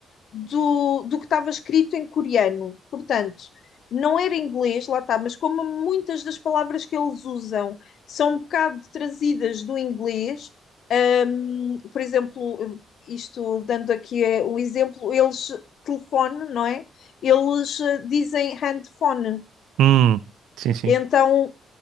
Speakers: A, on the left; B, on the right.
A: do, do que estava escrito em coreano. Portanto, não era inglês, lá está, mas como muitas das palavras que eles usam são um bocado trazidas do inglês, hum, por exemplo, isto dando aqui eh, um exemplo, eles telefone, não é? Eles eh, dizem handphone.
B: Hum. Sim, sim.
A: Então,